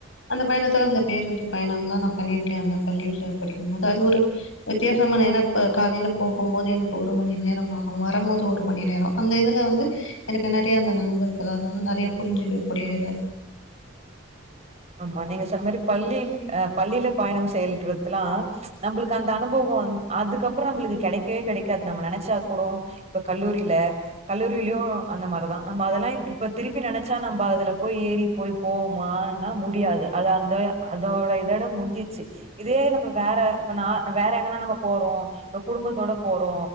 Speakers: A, on the left; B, on the right.
A: அந்த பயணத்துல அந்த பேருந்து பயணம் தா நா பண்ணிருக்கே அந்த பள்ளில படிக்கும் போது அது ஒரு வித்தியாசம் நா நெனப்ப காலைல போஹும்மோது எ ஒரு மணி நேரம் ஆஹு வரம்மோது ஒரு மணி நேரோ அந்த இதுல வந்து எனக்கு நறைய அந்த நண்பர் அதாவது நறைய புரிஞ்சுக்கக் கூடியது
B: மா நீங்க சொன்ன மாரி பள்ளியில் அஹ் பள்ளில பயணம் செயல்றதுலா நம்மளுக்கு அந்த அனுபவோ வந் அதுக்கப்பறோ நம்மளுக்கு கெடைக்கவே கெடைக்காது நம்ம நெனச்சா கூடு இப்ப கல்லூரில கல்லூரிலயு அந்த மாரிதா நம்ம அதல்லா இப்ப திருப்பி நெனச்சா நம்ப அதுல போய் ஏறி போய் போமா னா முடியாது அது அந்த அதோட இதோட முடிஞ்சிச்சு இதே நம்ம வேற இப்ப நா வேற எங்கனா நம்ம போறோ இப்ப குடும்பத்தோட போறோ